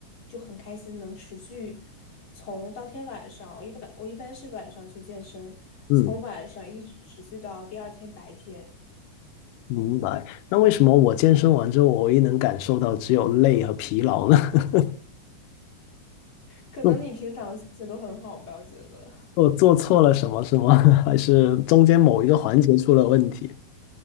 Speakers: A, on the left; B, on the left.
A: 就很开心，能持续从当天晚上，我一般我一般是晚上去健身，
B: 嗯，
A: 从晚上一直持续到第二天白天。
B: 明白。那为什么我健身完之后，我唯一能感受到只有累和疲劳呢？<laughs>
A: 可能你平常心情都很好吧，
B: 做
A: 我觉得。
B: 做做错了什么是吗？<laughs> 还是中间某一个环节出了问题？